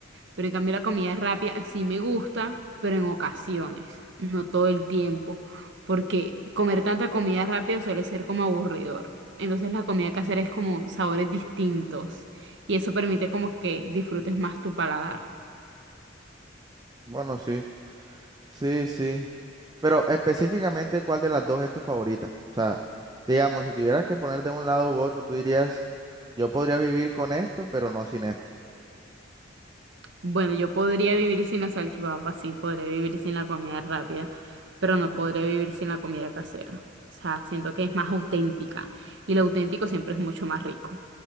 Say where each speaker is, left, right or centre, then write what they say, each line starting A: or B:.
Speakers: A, on the right (about 65°); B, on the right (about 20°).
A: Pero en cambio la comida rápida sí me gusta, pero en ocasiones, no todo el tiempo, porque comer tanta comida rápida suele ser como aburridor. Entonces la comida casera es como sabores distintos y eso permite como que disfrutes más tu paladar.
B: Bueno, sí, sí, sí. Pero específicamente, ¿cuál de las dos es tu favorita? O sea, digamos, si tuvieras que poner de un lado u otro, tú dirías, yo podría vivir con esto, pero no sin esto.
A: Bueno, yo podría vivir sin la salchipapa, sí, podría vivir sin la comida rápida, pero no podría vivir sin la comida casera. O sea, siento que es más auténtica y lo auténtico siempre es mucho más rico.